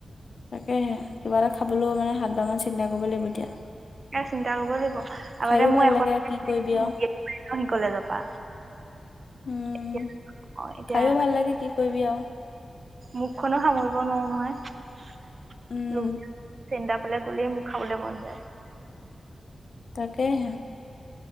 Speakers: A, on the left; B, on the right.
A: তাকেহে কিবা এটা খাবলৈও মানে সাত বাৰ মান চিন্তা কৰিব লাগিব এতিয়া।
B: চিন্তা কৰিব লাগিব,
A: খাইও
B: আগতে
A: ভাল
B: মই
A: লাগে আৰু কি
B: এশ <unintelligible>
A: কৰিবি আৰু
B: কলেজৰ পৰা।
A: উম।
B: এতিয়া অ' এতিয়া,
A: খাইও ভাল লাগে কি কৰিবি আৰু
B: মুখখনো সামৰিব নোৱাৰোঁ নহয়।
A: উম
B: লো চেন্তা ফালে গ'লেই মোৰ খাবলে মন যায়।
A: তাকেহে।